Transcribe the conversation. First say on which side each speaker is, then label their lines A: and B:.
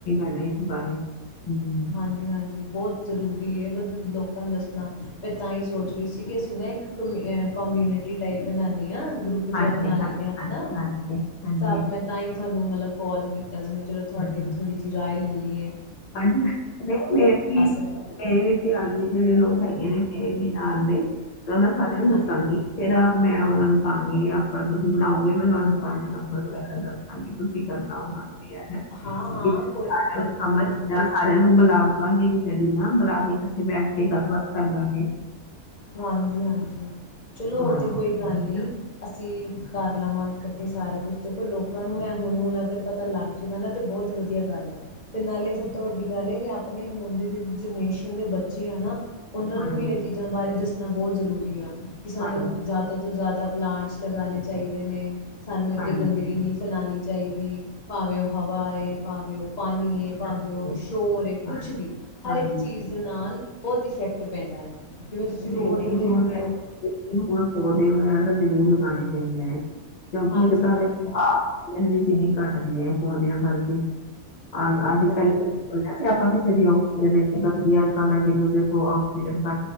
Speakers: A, on the left (about 80°); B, on the left (about 35°).
A: <unintelligible> ਇਸ ਬਾਰੇ ਹਮ।
B: ਹਾਂਜੀ ਹਾਂਜੀ ਬਹੁਤ ਜ਼ਰੂਰੀ ਹੈ ਮ ਲੋਕਾਂ ਨੂੰ ਦੱਸਣਾ ਮੈਂ ਤਾਂ ਹੀ ਸੋਚ ਰਹੀ ਸੀ ਕਿ ਅਸੀਂ ਨਾ ਇੱਕ ਕਮਿ ਕਮਿਊਨਿਟੀ ਟਾਈਪ ਬਣਾਉਣੇ ਹਾਂ। ਗਰੁੱਪ ਜਿਹਾ
A: ਹਾਂਜੀ,
B: ਬਣਾ
A: ਹਾਂਜੀ,
B: ਲੈਂਦੇ ਹਾਂ ਆਪਣਾ
A: ਹਾਂਜੀ, ਹਾਂਜੀ, ਹਾਂਜੀ।
B: ਸਾਬ ਮੈਂ ਤਾਂ ਹੀ ਤੁਹਾਨੂੰ ਮਤਲਬ ਕੋਲ ਕੀਤੀ। ਤਾਂ ਜੇ ਮੈਂ ਚਲੋ ਤੁਹਾਡੇ
A: ਹੂੰ।
B: ਥੋੜ੍ਹੀ ਜਿਹੀ ਰਾਇ ਲੇ ਇਹ
A: ਹਾਂਜੀ ਹਾਂਜੀ ਨਹੀਂ ਮੇਰੇ ਵੀ
B: ਰਹੇ ਹੋ।
A: ਮੇਰੇ ਵੀ ਧਿਆਨ ਵੀ ਜਿਹੜੇ ਲੋਕ ਹੈਗੇ ਨੇ ਮੇਰੇ ਵੀ ਨਾਲ ਦੇ। ਉਹਨਾਂ ਸਾਰਿਆਂ ਨੂੰ
B: ਹਾਂਜੀ
A: ਦੱਸਾਂਗੀ ਫੇਰ ਮੈਂ ਉਹਨਾਂ ਨੂੰ ਗੀ ਆਪਾਂ ਤੁਸੀਂ ਬਣਾਓਗੇ ਮੈਂ ਤੁਹਾਨੂੰ ਸਾਰੇ ਨੰਬਰ ਵਗੈਰਾ ਦੱਸਾਂਗੀ ਤੁਸੀਂ ਕਰਨਾ ਉਹਨਾਂ ਨੂੰ। ਵੀ ਐਡ
B: ਹਾਂ ਹਾਂ
A: ਕਿ ਸਾਰਿਆਂ
B: ਕੋਈ ਉਹ
A: ਨੂੰ ਸਮਝ ਜਾਂ ਸਾਰਿਆਂ ਨੂੰ ਬੁਲਾ ਲਵਾਂਗੇ ਕਿਸੇ ਦਿਨ ਨਾ ਬੁਲਾ ਕੇ ਇਕੱਠੇ ਬੈਠ ਕੇ ਗੱਲਬਾਤ ਕਰ ਲਾਂਗੇ।
B: ਹਾਂਜੀ ਹਾਂਜੀ। ਚਲੋ
A: ਹਾਂ
B: ਉਹ ਤੇ ਕੋਈ ਗੱਲ
A: ਹਾਂਜੀ
B: ਨਹੀ ਅਸੀਂ ਕਰ ਲਵਾਂਗੇ ਇਕੱਠੇ ਸਾਰੇਆਂ ਨੂੰ ਦੇਖੋ ਲੋਕਾਂ ਨੂੰ ਹੈ ਹੁਣ ਹੁਣ ਅਗਰ ਪਤਾ ਲੱਗ ਜਾਏਗਾ ਨਾ ਤੇ ਬਹੁਤ ਵਧੀਆ ਗੱਲ ਹੈ ਤੇ ਨਾਲੇ ਸਭ ਤੋਂ ਵੱਡੀ ਗੱਲ ਹੈ ਕਿ ਆਪਣੇ ਹੁਣ ਦੇ ਜਿਹੜੇ ਜਨਰੇਸ਼ਨ ਦੇ ਬੱਚੇ ਆ ਨਾ। ਉਹਨਾਂ
A: ਹਾਂਜੀ
B: ਨੂੰ ਵੀ ਬਾਰੇ ਦੱਸਣਾ ਬਹੁਤ ਜ਼ਰੂਰੀ ਆ। ਕਿ ਸਾਨੂੰ
A: ਹਾਂਜੀ
B: ਜ਼ਿਆਦਾ ਤੋਂ ਜ਼ਿਆਦਾ ਪਲਾਂਟਸ ਲਗਾਉਣੇ ਚਾਹੀਦੇ ਨੇ। ਸਾਨੂੰ ਏਡੀ
A: ਹਾਂਜੀ
B: ਗੰਦਗੀ ਨਹੀਂ ਫੈਲਉਣੀ ਚਾਹੀਦੀ ਭਾਵੇਂ ਉਹ ਹਵਾ ਹੈ ਭਾਵੇਂ ਉਹ ਪਾਣੀ ਹੈ ਭਾਵੇਂ
A: ਹਾਂਜੀ
B: ਉਹ ਸ਼ੋਰ ਏ
A: ਹਾਂਜੀ
B: ਕੁਛ ਵੀ ਹਰ
A: ਹਾਂਜੀ।
B: ਇੱਕ ਚੀਜ਼ ਦੇ ਨਾਲ ਬਹੁਤ ਇਫੈਕਟ ਟ ਪੈਂਦਾ ਹੈ। ਜਿਵੇਂ ਤੁਸੀਂ
A: ਨਹੀਂ
B: ਰੋਡ
A: ਨਹੀਂ
B: ਤੇ
A: ਹੁਣ
B: ਦੇਖਦੇ
A: ਮ
B: ਹੋ
A: ਹੁਣ ਪੋਦੇ ਵਗੈਰਾ ਜ਼ਰੂਰ ਲਗਾਉਣੇ ਚਾਹੀਦੇ ਨੇ। ਕਿਉਂਕਿ
B: ਹਾਂਜੀ
A: ਇੱਕ ਤਾਂ
B: ਹਾਂਜੀ
A: ਦੇ ਆਕਸੀਜਨ ਵੀ ਕਿੰਨੀ ਘੱਟਦੀ ਹੈ ਪੌਦਿਆਂ ਕਰਕੇ ਅ ਅੱਜ
B: ਬਿਲਕੁਲ
A: ਪਹਿਲੇ ਕਦੀ ਸੁਣਿਆ ਸੀ ਆਪਾਂ ਕਿਸੇ ਦੀ ਆਕਸੀਜਨ ਇਨੀ ਘਟਦੀ ਅੱਜ ਕੱਲ ਜਿਹਨੁ ਉਹ ਅਕਸੀਜਨ ਪਾ